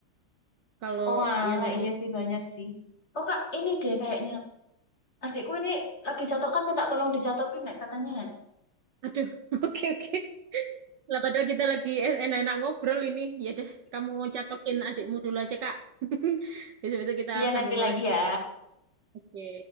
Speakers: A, on the right (about 60°); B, on the left (about 30°).
A: Kalau
B: Oh ala
A: yang...
B: iya sih banyak sih. Oh kak, ini deh kayaknya adikku ini lagi catokan minta tolong dicatokin nek katanya.
A: Aduh, <laughs> oke oke. Lah padahal kita lagi enak-enak ngobrol ini. Ya deh, kamu catokin adikmu dulu aja, Kak. <laughs> Besok-besok kita
B: Iya
A: sambung
B: nanti lagi
A: lagi.
B: ya.
A: Oke.